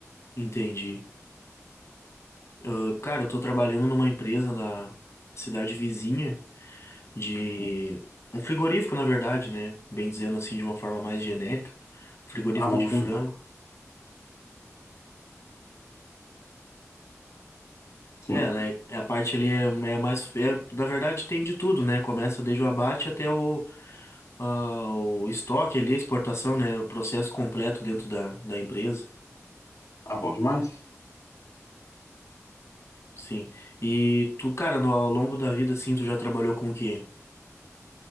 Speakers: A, on the left; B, on the left.
A: entendi. Ah, cara, eu tô trabalhando numa empresa da cidade vizinha de. Um frigorífico, na verdade, né? Bem dizendo assim, de uma forma mais genérica. Frigorífico
B: Ah, bacana,
A: de frango.
B: sim.
A: É, né? é A parte ali é, é mais. É, na verdade, tem de tudo, né? Começa desde o abate até o, ah, o estoque ali, a exportação, né? O processo completo dentro da, da empresa.
B: Ah, bom demais.
A: Sim. E tu, cara, no, ao longo da vida, assim, tu já trabalhou com o quê?